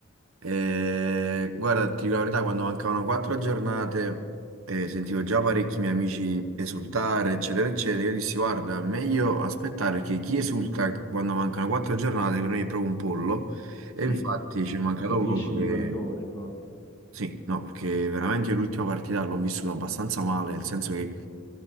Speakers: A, on the right (about 75°); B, on the left (about 20°).
A: Eh,
B: Eh,
A: guarda, ti dico la verità, quando mancavano quattro giornate eh, sentivo già parecchi miei amici esultare, eccetera, eccetera. Io dissi, guarda, meglio aspettare perché chi esulta quando mancano quattro giornate per me è proprio un pollo. E
B: Sì,
A: infatti
B: non
A: ci è mancato
B: non capisci
A: poco che
B: di pallone proprio.
A: Sì, no, perché veramente io l'ultima partita l'ho vissuta abbastanza male, nel senso che